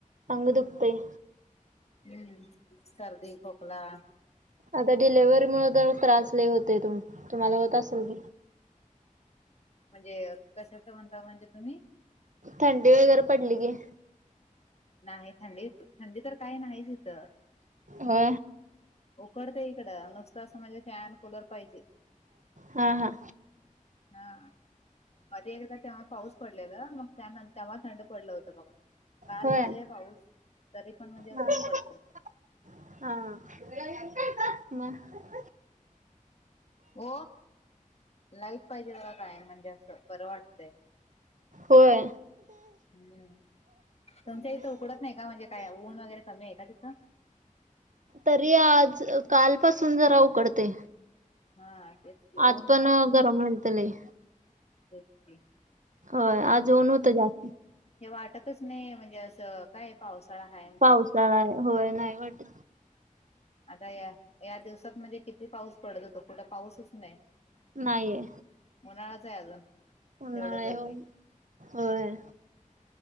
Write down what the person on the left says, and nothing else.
हम्म सर्दी खोकला
म्हणजे कशाच म्हणता म्हणजे तुम्ही
नाही थंडी थंडी तर काही नाहीच इथं
उकडते इकडं नुसतं असं म्हणजे फॅन कुलर पाहिजे
हा मध्ये एकदा तेव्हा पाऊस पडलेला मग त्या तेव्हा थंड पडलं होतं बघा काल
झालेय पाऊस तरी पण म्हणजे असं
उकडतंय
हो लाईट पाहिजे बला काय म्हणजे असं बरं वाटतंय
हम तुमच्या इथं उकडत नाही का म्हणजे काय ऊन वगैरे कमी आहे का तिथं
हा तेच की ऊन
चे
हे वाटतच नाही म्हणजे असं काय पावसाळा हा
आता या या दिवसात म्हणजे किती पाऊस पडत होतो कुठं पाऊसच नाही
उन्हाळाच आहे अजून
तेवढं
गरमी